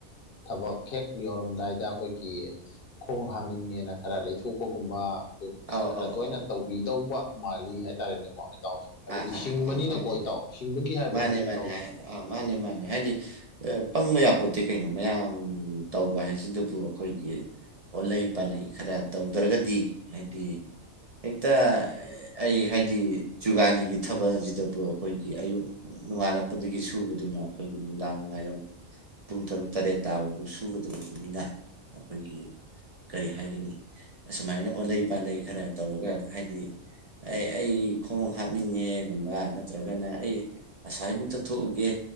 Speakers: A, on the left; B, on the right.
A: ꯊꯕꯛ ꯍꯦꯛ ꯌꯧꯔꯝꯗꯥꯏꯗ ꯑꯈꯣꯏꯒꯤ ꯈꯣꯡ ꯍꯥꯝꯅꯤꯡꯉꯦꯅ ꯈꯔ ꯂꯩꯊꯣꯛꯄꯒꯨꯝꯕ ꯇꯨꯒꯨꯝꯕꯁꯤ
B: ꯑꯧ
A: ꯈꯔ
B: ꯑꯧ
A: ꯇꯣꯏꯅ
B: ꯑꯧ
A: ꯇꯧꯕꯤꯗꯧꯕ ꯃꯥꯜꯂꯤ ꯍꯥꯏꯇꯔꯦꯅꯦꯀꯣ ꯏꯇꯥꯎꯖꯦ ꯍꯥꯏꯕꯗꯤ
B: ꯑꯥ ꯑꯥ
A: ꯁꯤꯡꯕꯅꯤꯅꯀꯣ
B: ꯑꯥ ꯃꯥꯅꯦ
A: ꯏꯇꯥꯎ
B: ꯃꯥꯅꯦ
A: ꯁꯤꯡꯕꯒꯤ ꯍꯥꯏꯕꯅꯤꯀꯣ
B: ꯃꯥꯅꯦ ꯃꯥꯅꯦ
A: ꯏꯇꯥꯎꯖꯦ
B: ꯍꯥꯏ ꯑꯥ ꯃꯥꯅꯦ ꯃꯥꯅꯦ ꯍꯥꯏꯗꯤ ꯑ ꯄꯪꯕ ꯌꯥꯄꯣꯠꯇꯦ ꯀꯩꯅꯣ ꯃꯌꯥꯝ ꯇꯧꯕ ꯍꯥꯏꯖꯤꯗꯕꯨ ꯑꯈꯣꯏꯒꯤ ꯑꯣꯠꯂꯩ ꯄꯥꯜꯂꯩ ꯈꯔ ꯇꯧꯗ꯭ꯔꯒꯗꯤ ꯍꯥꯏꯗꯤ ꯍꯦꯛꯇ ꯑꯩ ꯍꯥꯏꯗꯤ ꯖꯨꯒꯥꯂꯤꯒꯤ ꯊꯕꯛ ꯑꯖꯤꯗꯕꯨ ꯑꯈꯣꯏꯒꯤ ꯑꯌꯨꯛ ꯅꯣꯡꯉꯥꯜꯂꯛꯄꯗꯒꯤ ꯁꯨꯕꯗꯨꯅ ꯑꯈꯣꯏꯒꯤ ꯅꯨꯡꯗꯥꯡ ꯋꯥꯏꯔꯝ ꯄꯨꯡ ꯇꯔꯨꯛ ꯇꯔꯦꯠ ꯇꯥꯕꯕꯧ ꯁꯨꯒꯗꯧꯔꯤꯕꯅꯤꯅ ꯑꯈꯣꯏꯒꯤ ꯀꯔꯤ ꯍꯥꯏꯒꯅꯤ ꯑꯁꯨꯃꯥꯏꯅ ꯑꯣꯜꯂꯩ ꯄꯥꯠꯂꯩ ꯈꯔ ꯇꯧꯔꯒ ꯍꯥꯏꯗꯤ ꯑꯩ ꯑꯩ ꯈꯣꯡ ꯍꯥꯞꯅꯤꯡꯉꯦꯒꯨꯝꯕ ꯅꯠꯇ꯭ꯔꯒꯅ ꯑꯩ ꯉꯁꯥꯏꯕꯨꯛ ꯆꯠꯊꯣꯛꯎꯒꯦ